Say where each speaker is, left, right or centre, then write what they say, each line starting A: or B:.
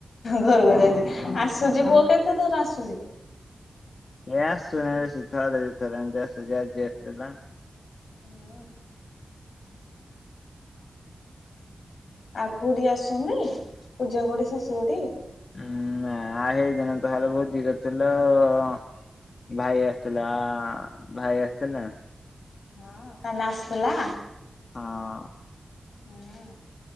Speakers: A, on the left (about 85°); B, on the left (about 55°).
A: ଘରକୁ ଯାଇଛି, ଆସୁଛି ପୁଅ କେତେ ଥର ଆସୁଛି?
B: ଏ ଆସୁନି ବେଶି ଥର ଦିଥର ଏମତି ଆସୁଚି। ଆଜି ଆସ ଥିଲା।
A: ହୁଁ। ଆ କୋଉଠିକି ଆସୁଛନ୍ତି? ପୂଜା କୋଠି ଶଶୁ କୋଠି?
B: ହଁ ନାଇଁ ତାର ବାହାଘର ବୁଝିନଥିଲୁ ଆଉ। ଭାଇ ଆସୁଥିଲା ଭାଇ ଆସୁଥିଲା?
A: ହଁ କାହ୍ନା ଆସିଥିଲା?
B: ହଁ।
A: ହୁଁ।